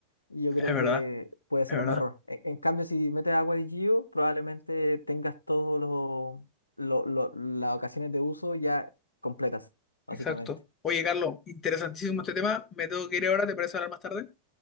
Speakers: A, on the left; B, on the left.
A: y yo creo
B: Es verdad,
A: que puede ser
B: es verdad,
A: un error. En, en cambio, si metes agua de Gio, probablemente tengas todos los lo- lo- las ocasiones de uso ya completas, básicamente.
B: exacto. Oye, Carlos, interesantísimo este tema. Me tengo que ir ahora, ¿te parece hablar más tarde?